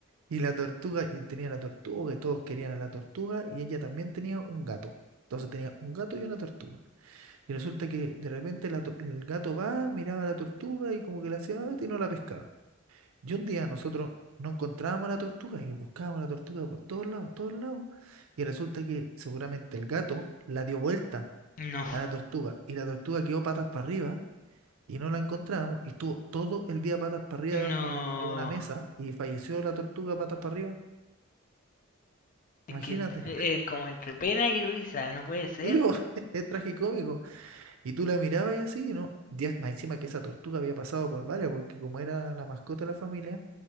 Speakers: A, on the right (about 80°); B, on the left (about 40°).
A: Y la tortuga, y tenía la tortuga, que todos querían a la tortuga, y ella también tenía un gato. Entonces tenía un gato y una tortuga. Y resulta que de repente la to- el gato va, miraba a la tortuga y como que la hacía "Ay", y no la pescaba. Y un día nosotros no encontrábamos a la tortuga y buscábamos a la tortuga por todos lados, todos lados. Y resulta que seguramente el gato la dio vuelta
B: No,
A: a la tortuga y la tortuga quedó patas para arriba y no la encontrábamos y estuvo todo el día patas para arriba
B: no.
A: debajo de una, de una mesa y falleció la tortuga patas para arriba.
B: Es
A: Imagínate,
B: que eh, eh, como entre pena y risa, no puede ser.
A: digo, <laughs> es tragicómico. Y tú la mirabas y así, ¿no? Días- más encima que esa tortuga había pasado por varias, porque como era la mascota de la familia,